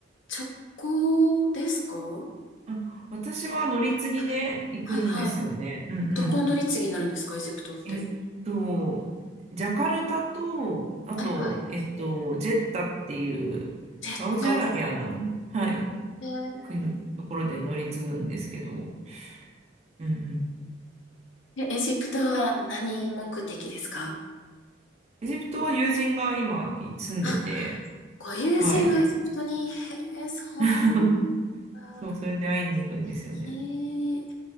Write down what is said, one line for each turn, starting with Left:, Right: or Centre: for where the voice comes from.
Left: 直行ですかは
Right: あ、私は乗り継ぎで行くんですよね。
Left: い。はいはい。
Right: うんうん。
Left: どこ乗り継ぎになるんですかエジプトって。
Right: えっと、ジャカルタと、あと、
Left: はいはい。
Right: えっと、ジェッタっていう、
Left: ジェット。
Right: サウジアラビアの、はい、
Left: えー
Right: 国、ところで乗り継ぐんですけど、うんうん。
Left: えエジプトは何目的ですか
Right: エジプトは友人が今い住んでて、
Left: あ、ご友人がエジプトに、
Right: はい。
Left: へえ、そうなん
Right: <laughs>
Left: だ。
Right: そう、それで会いに行くんですよね。
Left: 行き、